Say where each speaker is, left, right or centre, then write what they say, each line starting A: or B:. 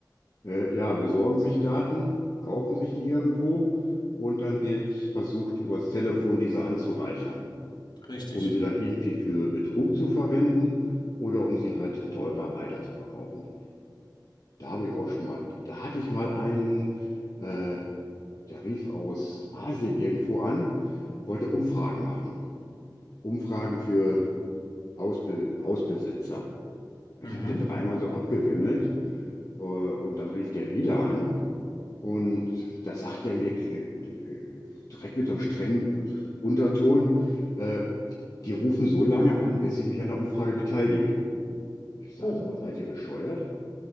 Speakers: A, on the left; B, on the left.
A: Äh, ja, besorgen sich Daten, kaufen sich die irgendwo und dann wird versucht, übers Telefon diese anzureichern.
B: Richtig.
A: um sie dann irgendwie für Betrug zu verwenden oder um sie halt teurer weiterzuverkaufen. Da habe ich auch schon mal, da hatte ich mal einen, äh, der rief aus Asien irgendwo an, wollte Umfragen machen. Umfragen für Hausbe Hausbesitzer. Ich
B: Mhm.
A: habe den dreimal so abgewimmelt, äh, und dann rief der wieder an. Und da sagt er mir äh, direkt mit so einem strengen Un- Unterton, äh, die rufen so lange an, bis ich mich an der Umfrage beteilige. Ich sagte
B: Oh.
A: aber, seid ihr bescheuert?